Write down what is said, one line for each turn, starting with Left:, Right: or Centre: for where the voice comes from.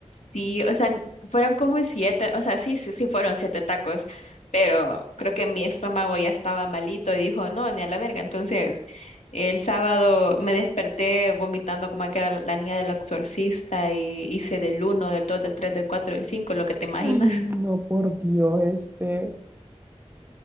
Left: Sí, o sea, fueron como siete, o sea, sí, sí, sí fueron siete tacos, pero creo que mi estómago ya estaba malito y dijo, no, ni a la verga. Entonces, el sábado me desperté vomitando como que era la niña del exorcista y hice del uno, del dos, del tres, del cuatro, del cinco, lo que te imaginas.
Right: Ay, no, por Dios, este,